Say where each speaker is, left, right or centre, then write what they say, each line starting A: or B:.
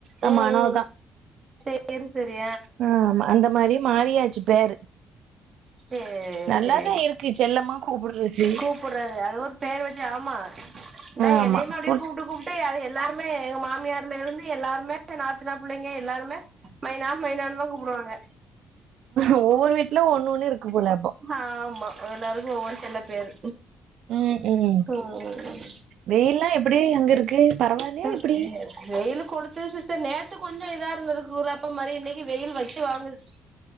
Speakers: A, on the right (about 75°); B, on the right (about 40°).
A: ஆ
B: ம்
A: மனோ
B: ம்
A: தா
B: சேரி சேரி
A: ஆ ஆமா அந்த மாரி மாறியாச் சு பேரு
B: சேர்
A: நல்லாதா
B: சேரி
A: இருக்கு செல்லமா கூப்பிறக்கு
B: கூப்புட்றது அது ஒரு பேர் வச்சு ஆமா இந்தா
A: ஆமா
B: என்னையுமே அப்டியே
A: போல
B: கூப்டு கூப் அது எல்லாருமே எங்க மாமியார்ல இருந்து எல்லாருமே நாத்தனா புள்ளைங்க எல்லாருமே மைனா மைனானுதா கூப்டுவாங்க
A: ஒவ்வொரு வீட்ல ஒண்ணொண்ணு இருக்கு போல அப்போ
B: ஆமா எல்லாருக்கு ஒவ்வொரு செல்லப்பேரு
A: ம் ம்
B: ம்
A: வெயில்லா எப்டி அங்க இருக்கு பரவாயில்லையா
B: <inaudible>
A: எப்டி
B: வெயிலு கொளுத்துது சிஸ்டர் நேத்து கொஞ்ச இதா இருந்தது கூலாப்ப மாரி இன்னைக்கு வெயில் வச்சு வாங்குது